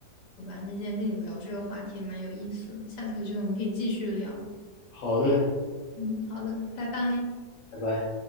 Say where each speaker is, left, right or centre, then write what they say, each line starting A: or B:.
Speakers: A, on the left (about 80°); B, on the left (about 60°).
A: 好吧，那今天跟你聊这个话题也蛮有意思的下次有机会我们可以继续聊。
B: 好的，
A: 嗯，好的，拜拜。
B: 拜拜。